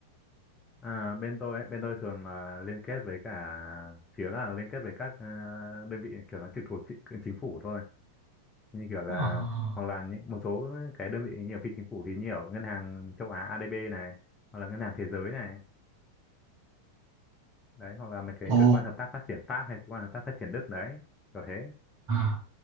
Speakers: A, on the left; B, on the right.
A: à, bên tôi ấy, bên tôi thường là liên kết với cả phía là liên kết với các ờ, đơn vị kiểu nó trực thuộc chính, chính phủ thôi như kiểu là
B: Ờ.
A: hoặc là những một số cái đơn vị nhiều phi chính phủ thì nhiều ngân hàng châu Á ADB này hoặc là ngân hàng thế giới này đấy hoặc là mấy cái
B: Ồ.
A: cơ quan hợp tác phát triển Pháp hay cơ quan hợp tác phát triển Đức đấy kiểu thế
B: À,